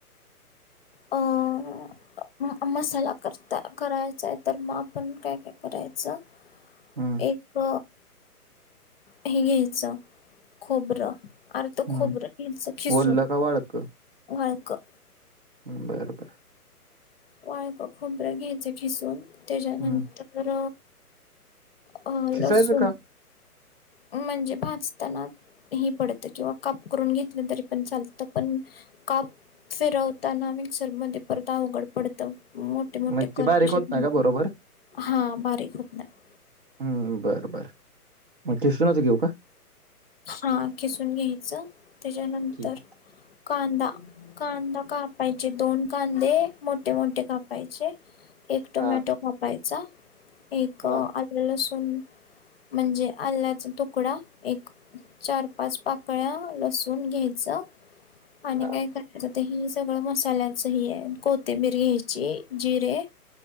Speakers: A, on the left (about 40°); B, on the right (about 35°).
A: अं मसाला करता करायचाय तर मग पण काय काय करायचं?
B: हं,
A: एक हे घ्यायचं खोबरं अर्थ खोबर
B: हं.
A: घ्यायचं खिसून
B: वल्लं का वाळकं?
A: वाळकं
B: हम्म बरं बरं
A: वाळक खोबरं घ्यायचं खिसून त्याच्यानंतर
B: हं.
A: अ
B: खिसायचं
A: लसुून
B: का?
A: म्हणजे भाजताना ह पडतं किंवा काप करून घेतलं तरी पण चालतं पण काप फिरवताना मिक्सर मध्ये परत अवघड पडतं. मोठे मोठे
B: म्हणजे ते
A: कत
B: बारीक
A: तसेचं
B: होत नाही
A: राहतात
B: का बरोबर?
A: हा बारीक होत नाहीत
B: हम्म बर बर मग खिसुनच घेऊ का?
A: हा खिसून घ्यायचं त्याच्यानंतर
B: ठीक आहे.
A: कांदा कांदा कापायचे दोन कांदे मोठे मोठे कापायचे एक टोमॅटो
B: हां,
A: कापायचा एक
B: हां,
A: लसूण म्हणजे आल्याचा तुकडा एक चार-पाच पाकळ्या लसूण घ्यायच आणि
B: हां.
A: काय आ ते ह सगळं मसाल्याच ह आहे कोथिंबीर घ्यायची जिरे